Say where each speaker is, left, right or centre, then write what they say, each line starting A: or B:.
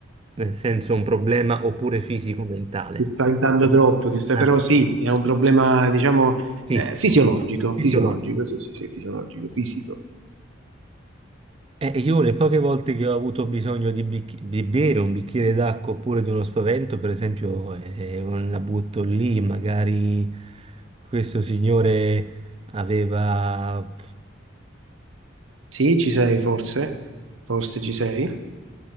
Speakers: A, on the right; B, on the right.
A: nel senso un problema oppure fisico-mentale.
B: Ti sta aiutando
A: Eh,
B: troppo, ti sta-
A: ah,
B: però sì, è un problema, diciamo,
A: fisico,
B: eh, fisiologico,
A: fisiologico.
B: fisiologico, sì, sì, sì, fisiologico, fisico.
A: Eh, io le poche volte che ho avuto bisogno di, bicch- di bere un bicchiere d'acqua oppure di uno spavento, per esempio, eh, eh, la butto lì, magari questo signore aveva...
B: Sì, ci sei forse, forse ci sei. <laughs>